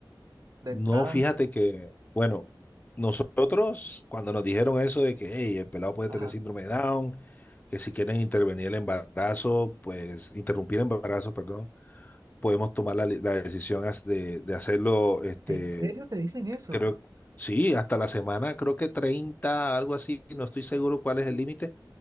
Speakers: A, on the right; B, on the left.
A: de
B: No,
A: entrada.
B: fíjate que, bueno, nosotros cuando nos dijeron eso de que "Hey, el pelado puede
A: Ajá.
B: tener síndrome de Down, que si quieren intervenir el embarazo, pues interrumpir el embarazo, perdón, podemos tomar la, la decisión as- de, de hacerlo, este,
A: ¿En serio te dicen eso?
B: creo, sí, hasta la semana, creo que 30 algo así, no estoy seguro cuál es el límite,